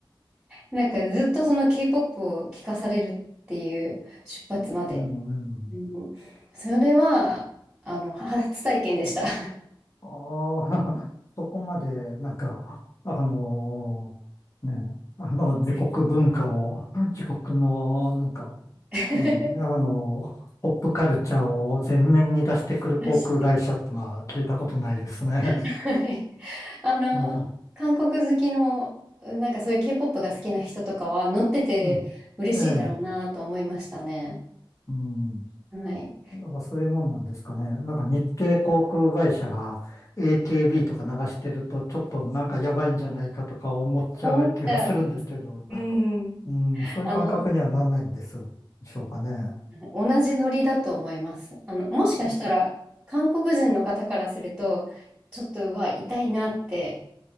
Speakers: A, on the right; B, on the left.
A: なんかずっとその K-POP を聴かされるっていう出発まで。
B: うん。うん
A: うん、それは、あの、初体験でした。<laughs> は
B: ああ、そこまで、なんか、あのね、あの、自国文化を、
A: い
B: 自国の、なんか、
A: <laughs>
B: ええ、あの、ポップカルチャーを前面に出してくる航空会社ってのは聞いたことないですね。
A: 出しても
B: <laughs>
A: はい。<laughs> あの、
B: まあ
A: 韓国好きの、なんかそういう K-POP が好きな人とかは乗ってて嬉しいだろうなと思いましたね。
B: うん。<laughs> ええ、うん。
A: はい。
B: やっぱそういうもんなんですかね。なんか日系航空会社が AKB とか流してるとちょっとなんかやばいんじゃないかとか思っちゃう気がするんですけど、
A: 思った。うん。
B: うん、そういう感覚にはなんないんですよ。
A: あの、
B: でしょうかね。
A: 同じノリだと思います。あの、もしかしたら、
B: うん。
A: 韓国人の方からすると、ちょっと、うわ、痛いなって